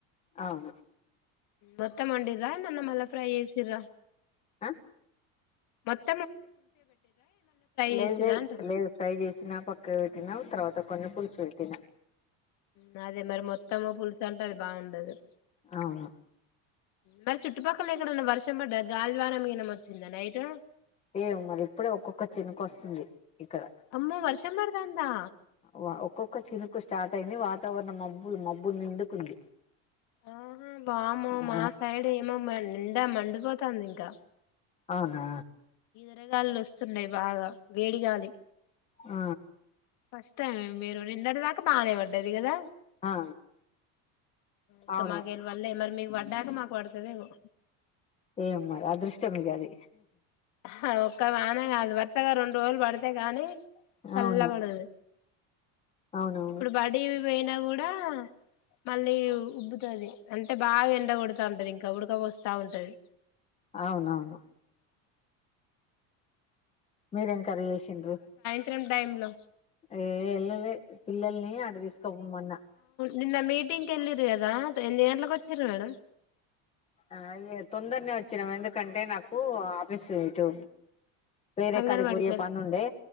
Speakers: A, on the left (about 15°); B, on the left (about 50°).
A: అవును
B: మొత్తం వండిడ్రా ఏమన్న మల్ల ప్రై చేసిర్రా
A: ఆ
B: మత్
A: లేదు
B: చేసిర్రా
A: లేదు లేదు
B: అంటున్నా
A: మేం ఫ్రై చేసినా పక్కన పెట్టినా తర్వాత కొన్న పులుసు తినా
B: ఉ అదే మరి మొత్తం పులుసు అంటే అ బాగుండదు
A: ఆహ
B: మరి చుట్టుపక్కల ఎక్కడన్నా వర్షం పడ్డ గాలి ద్వారం గినం వచ్చిందా నైట్
A: ఏమో మరి ఇప్పుడే ఒక్కొక్క చినుక వస్తుంది ఇక్కడ
B: అమ్మో వర్షం పడతాందా
A: వ ఒక్కొక్క ఒక్క చినుకు స్టార్ట్ అయింది వాతావరణం మబ్బులు మబ్బు నిండుకుంది
B: ఆహా వామ్మో
A: ఆ
B: మా సైడ్ ఏమో ఎండ మండిపోతు వత్తంది ఇంకా
A: అవునా
B: వడగాళ్లు వస్తున్నాయి బాగా వేడిగాలి
A: ఆ
B: ఫస్ట్ టైం మేము మీరు నిన్నడి దాకా బానే వ ఉండేది గదా
A: ఆ
B: ఇంకా
A: అవును
B: మాకెళ్ళి వల్లే మరి మీకు వడ్ డ్డాక మాకు వడతదేమో
A: ఏం మరి అదృష్టం ఇగ అది
B: హా ఒక్క వాన గాదు వరుసగా రెండు రోజులు పడితే కానీ చల్ల
A: అవును
B: పడదు
A: అవునవును
B: ఇప్పుడు బడి పోయినా కూడా మళ్ళీ ఉబ్బుతది అంటే బాగా ఎండ కొడతాంటది ఇంకా ఉడకపోస్తా ఉంటది
A: అవునవును మీరేం కర్రీ చేసిండ్రు
B: త్రం టైంలో
A: ఏ వెళ్ళలే పిల్లల్ని అడ తీసుకోపోమన్న
B: నిన్న మీటింగ్ కెళ్ళిరు కదా ఎన్ని గంటలకు వచ్చిరు మేడమ్
A: ఆ ఇగ తొందరనే వచ్చినాం ఎందుకంటే నాకు ఆఫీస్ ఇటు వేరే
B: అంగన్వాడికి
A: కాడికి పోయే
B: వెళ్ళి
A: పనుండే